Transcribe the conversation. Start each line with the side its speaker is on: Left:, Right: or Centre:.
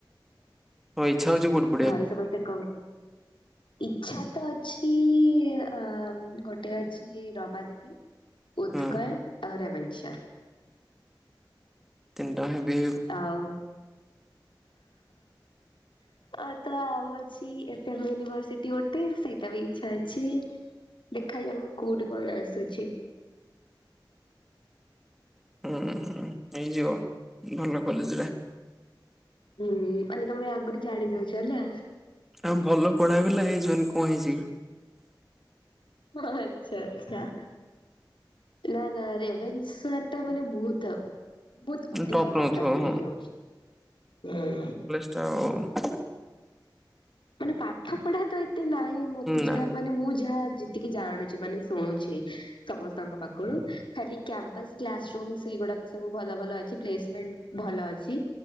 Centre: ତମର ଇଚ୍ଛା ହଉଚି କଉଠୁ
Left: ଘରେ ସମସ୍ତେ କଣ କରୁଚନ୍ତି? ଇଚ୍ଛା ତ ଅଛି ଅ ଗୋଟେ ଅଛି ରମା ଦେବୀ, ଉତ୍କଳ
Centre: ହଁ
Left: ଆଉ ରେଭେନ୍ସା।
Centre: ତିନଟା ହିଁ ବି
Left: ଆଉ ଆଉ ତ ଆଉ ଅଛି ଏଫ ଏମ ୟୁନିଭର୍ସିଟି ଗୋଟେ ସେଇଟା ବି ଇଚ୍ଛା ଅଛି। ଦେଖାଯାଉ କୋଉଠି କଣ ଆସୁଛି।
Centre: ହୁଁ ହେଇଯିବ ଭଲ କଲେଜରେ।
Left: ହୁଁ ମାନେ ତମେ ଆଗରୁ ଜାଣି ଦଉଛ ନା?
Centre: ଆଉ ଭଲ ପଢା ପିଲା ହେଇଯିବନି କଣ ହେଇଚିକି?
Left: ହ ଆଚ୍ଛା ଆଛା। ନା ନା ରେଭେନ୍ସଟା ମାନେ ବହୁତ ବହୁତ ଅଧିକା
Centre: ଟପ୍
Left: କଟଅଫ
Centre: ନଉଥିବ ହଁ।
Left: ନେଇଯାଉଛି ହୁଁ।
Centre: ଯାହାହେଉ।
Left: ମାନେ ପାଠ ପଢା ତ ଏତେ ନାହିଁ ମତେ
Centre: ନା
Left: ଯାହା ମାନେ ମୁଁ ଯାହା ଜି ଟିକେ ଜାଣୁଛେ ମାନେ ଶୁଣୁଛି। ସମସ୍ତଙ୍କ ପାଖରୁ ଖାଲି କ୍ୟାମ୍ପସ କ୍ଲାସ ରୁମ ସେଗୁଡାକ ସବୁ ଭଲ ଭଲ ଅଛି ପ୍ଲେସମେଣ୍ଟ ଭଲ ଅଛି।